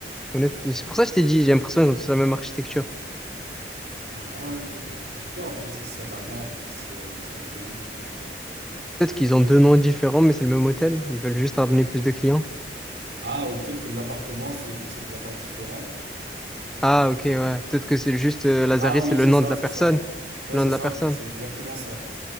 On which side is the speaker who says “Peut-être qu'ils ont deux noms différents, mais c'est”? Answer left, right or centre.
Centre